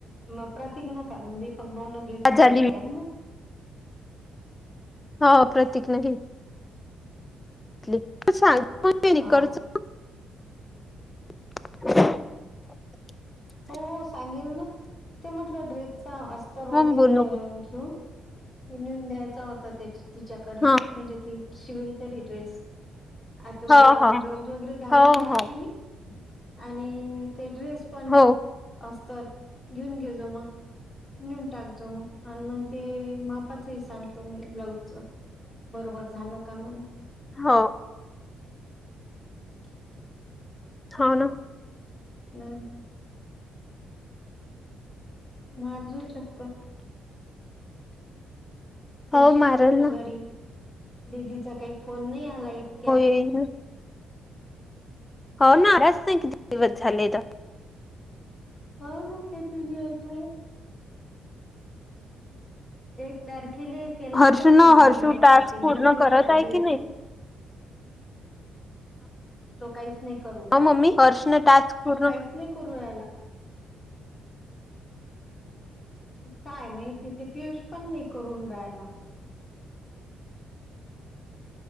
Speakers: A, on the left; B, on the left.
A: मग प्रतीक न का दीपक भाऊ न घेतली
B: आज
A: होते
B: आली
A: आणि मग
B: ह प्रतीक न घेत तिला सांगून ते
A: हो
B: करणे
A: का
B: नाही आवाज
A: हो हो सांगेन ना ते म्हटलं ड्रेसचा अस्तर वगैरे
B: मग बोल नको
A: घेऊन तो नेऊन द्यायचा होता त्या तिच्याकडे
B: हा
A: म्हणजे ती शिवल तरी ड्रेस आता उद्या
B: हो हो
A: ब्लाऊज वगैरे घालून
B: हो
A: पाहतेे
B: हो
A: मी आणि ते ड्रेस पण
B: हो
A: असत घेऊन घेजो मग नेऊन टाकतो मग आणि मग ते मापाचंही सांगतो मी ब्लाऊजच बरोबर झालं का मग
B: हो
A: कसला तरी आवाज
B: हा ना
A: हम्. मारजू चक्कर. येशील
B: हो मारल
A: म्हटलं
B: ना
A: घरी, दिदीचा काही फोन नाही आला इतक्यात.
B: तेना. हो ना किती दिवस झाले आलाच नाही?
A: हा ना किती लिहाचेयं. एक तारखेला केला
B: हर्ष
A: होता
B: न
A: तीन मला
B: हर्षू
A: माहित
B: टास्क
A: आहे ती
B: पूर्ण
A: ड्युटी वर
B: करत
A: चालली
B: आहे की
A: होती
B: नाही
A: तो काहीच नाही करू रला
B: हो मम्मी हर्षनं टास्क पूर्ण
A: तो काहीच नाही करू र्याला काय माहि तिथे पयुश पण नाही करून राहायला